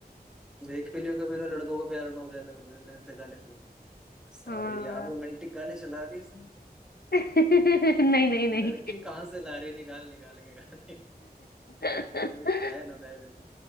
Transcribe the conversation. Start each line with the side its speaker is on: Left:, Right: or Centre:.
Centre: देख भी लियो कभी ना लड़कों को प्यार ना हो जाए तो कभी भी ऐसे गाने सुन ले सारे
Left: हाँ
Centre: यार रोमांटिक गाने चला दिए इसने
Left: <laughs> नहीं नहीं नहीं
Centre: लड़की कहाँ से ला रही निकाल निकाल के गाने
Left: <laughs>
Centre: कभी फैन हो जाए तो